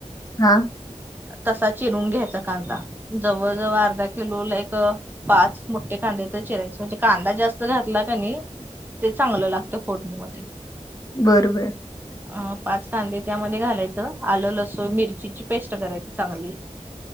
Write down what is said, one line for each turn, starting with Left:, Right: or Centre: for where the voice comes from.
Left: हा.
Right: तसा चिरून घ्यायचा कांदा जवळ जवळ अर्धा किलो ला एक. पाच मोठे कांदे तर चिरायचे म्हणजे कांदा जास्त घातला का नाही. ते चांगलं लागतं फोडणीमध्ये.
Left: बर बर.
Right: अ पाच कांदे त्यामध्ये घालायचं आलं लसूण मिरचीची पेस्ट करायची चांगली.